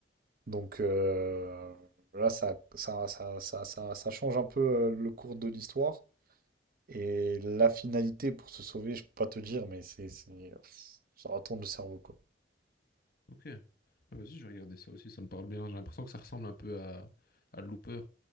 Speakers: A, on the right (about 55°); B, on the left (about 55°).
A: Donc euh, là, ça, ça, ça, ça, ça, ça change un peu euh, le cours de l'histoire. Et la finalité pour se sauver, je peux pas te dire, mais c'est, c'est- pff, ça retourne le cerveau, quoi.
B: Ok. Bah, vas-y, je vais regarder ça aussi. Ça me parle bien. J'ai l'impression que ça ressemble un peu à, à Looper.